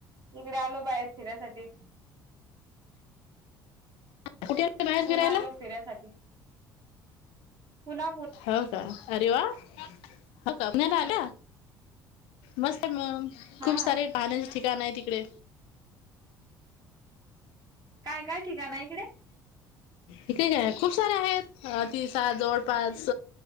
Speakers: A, on the right; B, on the left.
A: इकडे आलो बाहेर फिरायसाठी
B: कुठे. बाहेर
A: पूना
B: फिरायला
A: आलो फिऱ्यायसाठी पुना.
B: हो का, अरे वा. हो का आपनला
A: हा.
B: आल. मस्त आहे मग
A: हा
B: खूप सारे पाहण्याचे ठिकाण आहे तिकडे <inaudible>
A: काय काय ठिकाण आहे इकडे?
B: इकडे काय आहे खूप सारे आहेत तिसात जवळपास